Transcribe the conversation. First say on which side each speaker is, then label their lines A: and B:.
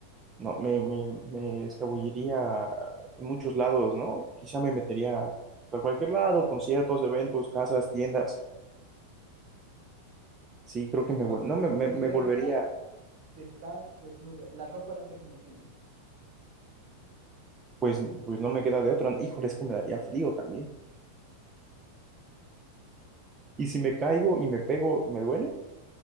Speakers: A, on the right (about 20°); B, on the right (about 50°).
A: No, me, me, me escabulliría en muchos lados, ¿no? Quizá me metería a cualquier lado, conciertos, eventos, casas, tiendas. Sí, creo
B: Pero
A: que me, vol- no, me, me, me
B: debería
A: volvería,
B: de estar desnudo. La ropa no se hace invisible.
A: pues, pues no me queda de otra. ¿no? Híjole, es que me daría frío también. Y si me caigo y me pego, ¿me duele?